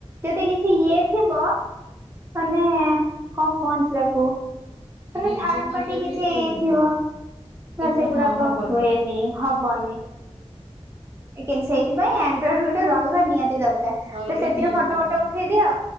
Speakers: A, on the right; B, on the right.
A: ଯଦି କିଛି ଇଏ ଥିବ, ମାନେ କଣ କୁହନ୍ତି ତାକୁ ମାନେ
B: ରିଜ୍ୟୁମ
A: ଥାର୍ଡ ପାର୍ଟି
B: ହରିକା
A: କିଛି
B: ବି ଠିକ
A: ଇଏଥିବ
B: ନୁହଁ
A: ନା
B: କିମ୍ବା
A: ସେଗୁଡ଼ାକ
B: ହଁ ହବନି
A: ହୁଏନି। ହବନି। <unintelligible> ସେଇଥିପାଇଁ ଆଣ୍ଡ୍ରଏଡ ଗୋଟେ ରହିବା ନିହାତି ଦରକାର।
B: ରହିଯିବ
A: ତ ସେଥିରେ
B: ନିହାତି
A: ଫଟୋ
B: ଦରକାର।
A: ବଟ ଉଠ ଉଠେଇ ଦିଅ,